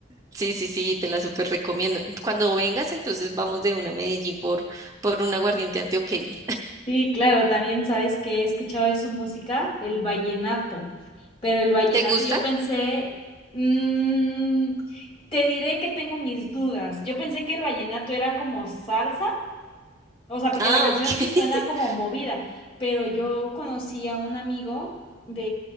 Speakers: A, on the right; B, on the left.
A: Sí, sí, sí, te la súper recomiendo. Cuando vengas, entonces vamos de una a Medellín por, por un aguardiente antioqueño.
B: Sí, claro, también sabes que he escuchado de su música, el vallenato. Pero el vallenato
A: ¿Te gusta?
B: yo pensé, mm, te diré que tengo mis dudas. Yo pensé que el vallenato era como salsa O sea, porque
A: Ah,
B: la canción
A: ok.
B: sí suena
A: <laughs>
B: como movida, pero yo conocí a un amigo de